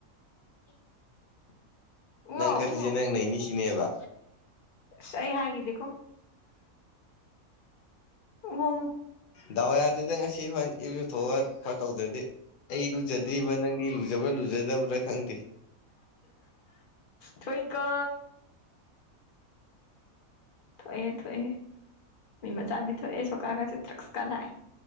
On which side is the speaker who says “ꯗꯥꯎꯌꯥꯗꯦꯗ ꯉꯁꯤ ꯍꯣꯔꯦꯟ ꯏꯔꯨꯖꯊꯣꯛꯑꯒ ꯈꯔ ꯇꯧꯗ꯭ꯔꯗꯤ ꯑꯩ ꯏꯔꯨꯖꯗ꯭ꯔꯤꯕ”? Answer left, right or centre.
Left